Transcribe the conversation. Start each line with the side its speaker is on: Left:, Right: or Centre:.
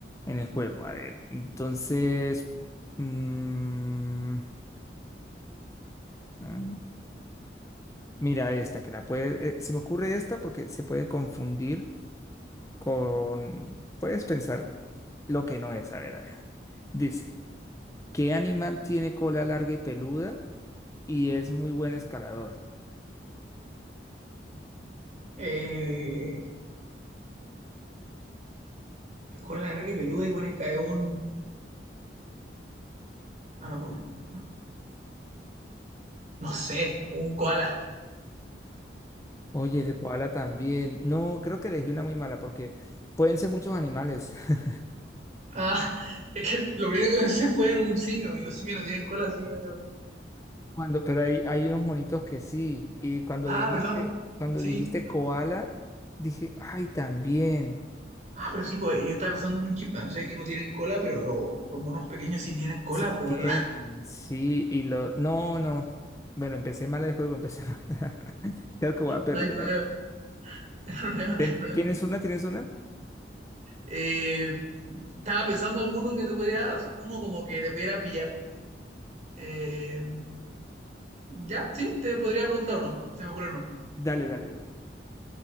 Left: en el juego. A ver, entonces, mm, ah, mira esta, que la puede, eh, se me ocurre esta porque se puede confundir con, puedes pensar Lo que no es, a ver, a ver. Dice, ¿qué animal tiene cola larga y peluda y es muy buen escalador?
Right: Eh, el koala larga y peluda y pones cae un... Ah, no, pues, no no sé, un koala.
Left: Oye, el koala también. No, creo que elegí una muy mala porque pueden ser muchos animales. <laughs>
Right: Ah, <laughs> es que lo primero que pensé fue en un simio y los simios no tienen cola, así que no hay que ver.
Left: Cuando, pero hay, hay unos monitos que sí. Y cuando
Right: Ah,
Left: dijiste,
Right: ¿verdad, po?
Left: cuando
Right: Sí,
Left: dijiste
Right: es verdad.
Left: koala, dije, ay, también.
Right: Ah, pero sí, pues yo estaba pensando en un chimpancé que no tienen cola, pero lo- los monos pequeños sí tienen cola,
Left: Sí
Right: pues,
Left: tienen,
Right: ¿verdad? <laughs>
Left: sí. Y lo, no, no. Bueno, empecé mal el juego, empecé mal. <laughs> Creo que voy a perder.
Right: No hay problema, <laughs> no hay problema, no
Left: Ten-
Right: hay problema.
Left: ¿Tienes una? ¿Tienes una?
Right: Eh, estaba pensando alguno que te podría, uno como que te pudiera pillar. Eh, Ya, sí, te podría preguntar uno. Se me ocurre uno.
Left: Dale, dale, dale.